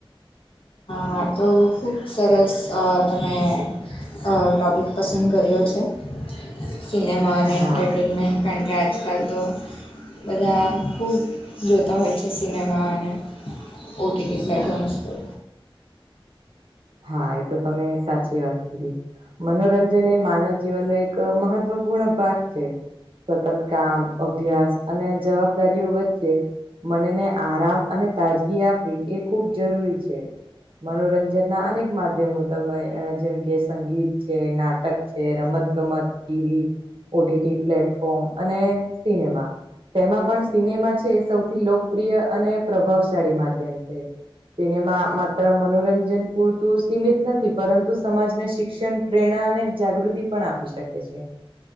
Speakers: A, on the left; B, on the right.
A: આ તો ખૂબ સરસ અહ તમે અહ ટોપિક પસંદ કર્યો છે. સિનેમા અને
B: હા
A: એન્ટરટેનમેન્ટ. કારણ કે આજકાલ તો બધા ખૂબ જોતા હોય છે સિનેમા અને ઓ ટી ટી પ્લેટફોર્મ્સ. પર
B: હા. એ તો તમે સાચી વાત કરી. મનોરંજન એ માનવ જીવનનો એક મહત્વપૂર્ણ ભાગ છે. સતત કામ, અભ્યાસ અને જવાબદારીઓ વચ્ચે મન ને આરામ અને તાજગી આપવી એ ખૂબ જરૂરી છે. મનોરંજન ના અનેક માધ્યમો તમે જેમ, કે સંગીત છે, નાટક છ એ રમત-ગમત, T V, O T T platform અને સિનેમા તેમાં પણ સિનેમા છે, એ સૌથી લોકપ્રિય અને પ્રભાવશાળી માધ્યમ છે. સિનેમા માત્ર મનોરંજન પૂરતું સીમિત નથી, પરંતુ સમાજને શિક ક્ષણ, પ્રેરણા અને જાગૃતિ પણ આપી શકે છે.